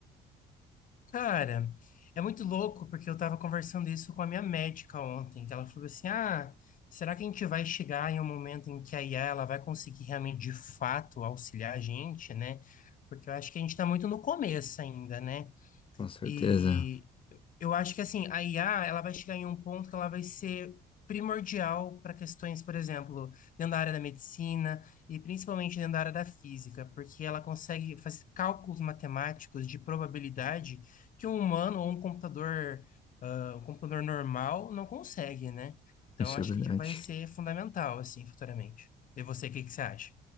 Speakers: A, on the left (about 50°); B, on the left (about 30°).
A: Cara, é muito louco porque eu tava conversando isso com a minha médica ontem, que ela falou assim: "Ah, será que a gente vai chegar em um momento em que a IA ela vai conseguir realmente de fato auxiliar a gente, né? Porque eu acho que a gente tá muito no começo ainda, né?
B: Com certeza,
A: E Eu acho que assim, a IA, ela vai chegar em um ponto que ela vai ser primordial para questões, por exemplo, dentro da área da medicina e principalmente dentro da área da física, porque ela consegue fazer cálculos matemáticos de probabilidade que um humano ou um computador, ah, um computador normal não consegue, né? Então,
B: isso
A: acho
B: é verdade.
A: que vai ser fundamental, assim, futuramente. E você, o que que você acha?